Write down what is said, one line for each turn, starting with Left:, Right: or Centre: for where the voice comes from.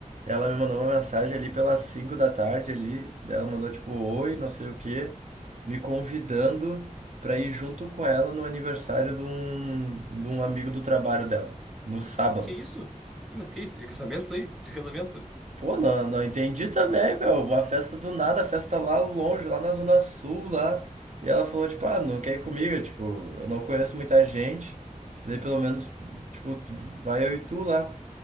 Right: ela me mandou uma mensagem ali pelas 5 da tarde ali, daí ela mandou tipo oi, não sei o quê, me convidando pra ir junto com ela no aniversário de um, de um amigo do trabalho dela, no sábado.
Centre: Que isso? Tá, Mas que isso? É casamento isso aí? Isso é casamento?
Right: Pô, não, não entendi também, meu, uma festa do nada, festa lá longe, lá na Zona Sul, lá. E ela falou, tipo, ah, não quer ir comigo, Eu, tipo, eu não conheço muita gente, daí pelo menos, tipo, tu- vai eu e tu lá.